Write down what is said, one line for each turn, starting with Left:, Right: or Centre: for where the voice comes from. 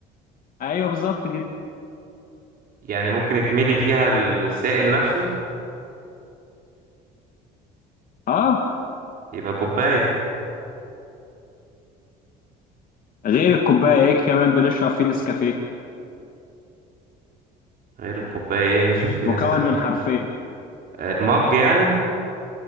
Left: أيوه بالظبط كده
Right: يعني ممكن يتملي فيها السائل نفسه
Left: أه
Right: يبقى كوباية
Left: غير الكوباية إيه كمان بنشرب فيه نسكافيه
Right: غير الكوباية ايه بنشرب فيه نسكافيه
Left: مكون من حرفين
Right: آه، المج يعني